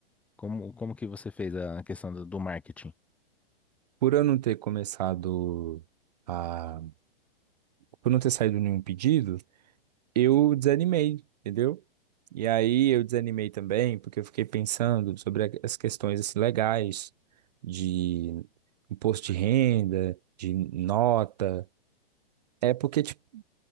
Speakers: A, in the centre; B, on the right.
A: Como, como que você fez a questão do, do marketing?
B: Por eu não ter começado a, por não ter saído nenhum pedido, eu desanimei, entendeu? E aí eu desanimei também, porque eu fiquei pensando sobre a- as questões assim, legais de imposto de renda, de nota. É porque, tipo,